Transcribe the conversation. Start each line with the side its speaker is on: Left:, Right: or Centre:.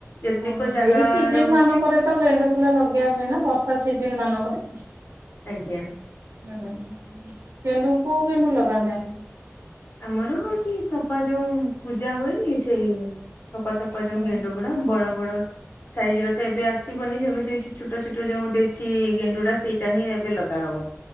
Left: ଯେତିକ
Right: ହଁ
Left: ଜାଗା
Right: ଏଇ ସିଜିନ୍
Left: ରହୁଛି
Right: ମାନଙ୍କରେତ ଗେଣ୍ଡୁ ଫୁଲା ଲଗେଇଆ ହୁଏନା ବର୍ଷା ସିଜନ୍ ମାନଙ୍କରେ।
Left: ଆଜ୍ଞା।
Right: ହୁଁ ଗେଣ୍ଡୁ କୋଉ ଗେଣ୍ଡୁ ଲଗାନ୍ତି ଆପଣ।
Left: ଆମର ସେଇ ଥପା ଯୋଉ ପୂଜା ହୁଏନି ସେଇ ଥପା ଥପା ଯୋଉ
Right: ହୁଁ
Left: ଗେଣ୍ଡୁ ପୁରା ବଡ଼ ବଡ଼ ସାଇଜିରତ ଏବେ ଆସିବନି ସବୁ ସେଇ ଛୋଟ ଛୋଟ ଯୋଉଁ ଦେଶୀ ଗେଣ୍ଡୁଟା ସେଇଟାହିଁ ଏବେ ଲଗା ହବ।